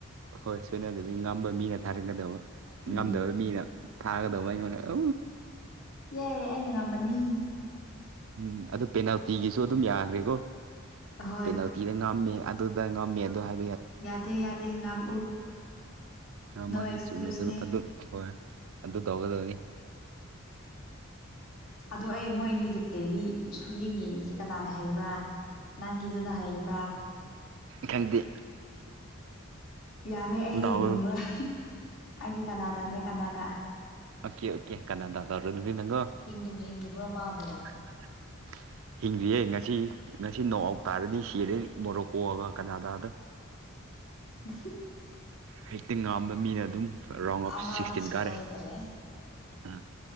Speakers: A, on the right; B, on the left.
A: ꯍꯣꯏ ꯁꯣꯏꯅ ꯑꯗꯨ ꯃꯤ ꯉꯝꯕ ꯃꯤ ꯅꯠꯇ ꯊꯥꯔꯛꯀꯗꯧꯕ
B: ꯎꯝ
A: ꯉꯝꯗꯕ ꯃꯤꯅ ꯊꯥꯒꯗꯧꯕ ꯑꯩꯉꯣꯟꯗ ꯑ
B: ꯌꯥꯏ ꯑꯩꯅ ꯉꯝꯕꯅꯤ
A: ꯎꯝ ꯑꯗꯨ ꯄꯦꯅꯥꯜꯇꯤꯒꯤꯁꯨ ꯑꯗꯨꯝ ꯌꯥꯈ꯭ꯔꯦꯀꯣ
B: ꯑꯍꯣꯏ
A: ꯄꯦꯅꯥꯜꯇꯤꯗ ꯉꯥꯝꯃꯦ ꯑꯗꯨꯗ ꯉꯝꯃꯤ ꯑꯗꯨ ꯍꯥꯏ
B: ꯌꯥꯗꯦ ꯌꯥꯗꯦ ꯉꯝ
A: ꯎꯝ ꯃꯥꯅꯤ
B: ꯑꯦꯛꯁꯀ꯭ꯌꯨꯁꯅꯦ
A: ꯆꯨꯝꯃꯦ ꯑꯗꯨꯒ ꯑꯗꯨ ꯍꯣꯏ ꯑꯗꯨꯗꯨ ꯇꯧꯒꯗꯅꯤ
B: ꯑꯗꯣ ꯑꯩ ꯃꯣꯏ ꯑꯅꯤꯒꯤꯞꯇꯗꯤ ꯁꯨꯌꯦꯡ ꯌꯦꯡꯗ꯭꯭ꯔꯔꯤ ꯀꯅꯥꯅ ꯍꯩꯕ꯭ꯔꯥ ꯅꯪꯒꯤꯗꯨꯅ ꯍꯩꯕ꯭ꯔꯥ
A: ꯈꯪꯗꯦ
B: ꯌꯥꯔꯦ ꯑꯩ
A: ꯗꯥꯎ
B: ꯃꯨꯜꯂꯣꯏ ꯑꯩꯗꯤ ꯀꯅꯥꯗꯅꯦ ꯀꯅꯥꯗ
A: ꯑꯣꯀꯦ ꯑꯣꯀꯦ ꯀꯅꯥꯗ ꯇꯧꯔ ꯑꯗꯨꯗꯤ ꯅꯉꯣ
B: ꯍꯤꯡꯗꯨꯝ ꯍꯤꯡꯉꯤꯕ꯭ꯔꯣ ꯃꯥꯕꯨ
A: <inaudible> ꯍꯤꯡꯗ꯭ꯔꯤꯌꯦ ꯉꯁꯤ ꯉꯁꯤ ꯅꯣꯡ ꯑꯥꯎ ꯇꯥꯔꯗꯤ ꯁꯤꯔꯦ ꯃꯣꯔꯣꯛꯀꯣꯑꯒ ꯀꯅꯥꯗꯥꯗ
B: <inaudible>
A: ꯐꯤꯞꯇꯤꯡ ꯉꯥꯝꯕ ꯃꯤꯅ ꯑꯗꯨꯝ ꯔꯥꯎꯟ ꯑꯣꯐ
B: ꯑꯃꯗꯤ
A: ꯁꯤꯛꯁꯇꯤꯟ
B: ꯁꯣꯏꯗ꯭ꯔꯦ
A: ꯀꯥꯔꯦ ꯑ